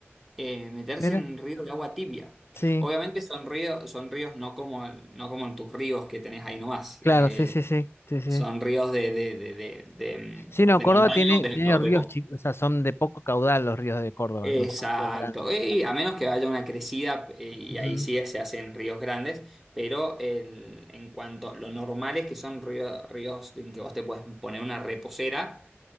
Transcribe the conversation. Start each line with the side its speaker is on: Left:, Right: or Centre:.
Centre: eh, meterse
Left: Mira,
Centre: en un río de agua tibia.
Left: sí,
Centre: Obviamente son ríos, son ríos no como, el- no como en tus ríos que tenés ahí nomás.
Left: claro,
Centre: eh,
Left: sí, sí, sí, sí, sí.
Centre: son ríos de, de, de, de, de, mm,
Left: Sí, no,
Centre: de
Left: Córdoba
Centre: montaña
Left: tiene,
Centre: o de,
Left: tiene
Centre: o
Left: ríos
Centre: de co-
Left: chicos, o sea, son de poco caudal los ríos de Córdoba,
Centre: Exacto.
Left: no son ríos grandes.
Centre: Eh, Y a menos que haya una crecida eh, y
Left: Ujú,
Centre: ahí sí se hacen ríos grandes, pero el- en cuanto lo normal es que son río- ríos en que vos te puedes poner una reposera